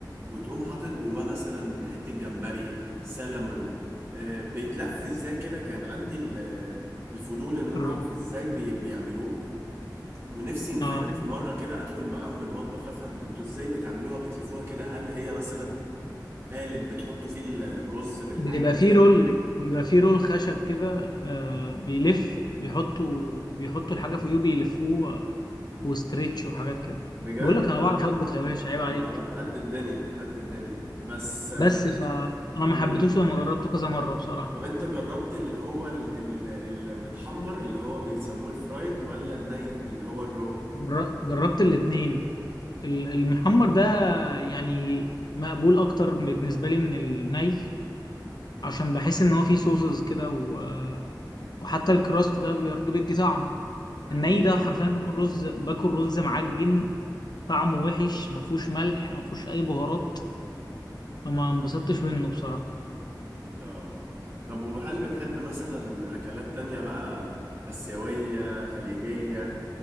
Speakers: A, on the right; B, on the left.
A: وتقوم حاطط جواه مثلا حتة جمبري سلمون آه، بيتلف إزاي كده كان عندي ال- آه، الفضول إن أنا
B: الر-
A: أعرف إزاي بي- بيعملوه ونفسي نفهم
B: اه
A: في مرة كده أدخل معاهم المطبخ أفهم أنتوا إزاي بتعملوها بتلفوها كده هل هي مثلا قالب بتحطوا فيه الرز بالحاجة
B: بيبقى فيه رول بيبقى فيه رول خشب كده آه بيلف بيحطوا بيحطوا الحاجة فوقيه بيلفوه آه، وستريتش وحاجات كده
A: بجد
B: بقول لك
A: أنا
B: انا بعرف اطبخ يا باشا عيب عليك
A: ما أعرف قد الدنيا قد الدنيا بس آه،
B: بس فانا ما
A: ال...
B: حبيتوش لما جربته كذا مرة بصراحة
A: طب أنت جربت اللي هو ال... ال... المتحمر اللي هو بيسموه الفرايد ولا الني اللي هو الرو؟
B: جر- جربت الاتنين ال- المحمر ده يعني مقبول اكتر بالنسبة لي من الني عشان بحس ان هو فيه صوصز كده و... آه، وحتى الكراست ده برضه بيدي طعم
A: أكيد
B: الني ده حرفيا باكل رز باكل رز معجن طعمه وحش ما فيهوش ملح ما فيهوش اي بهارات فما انبسطتش منه بصراحه
A: آه طب وهل بتحب مثلا أكلات تانية بقى آسيوية خليجية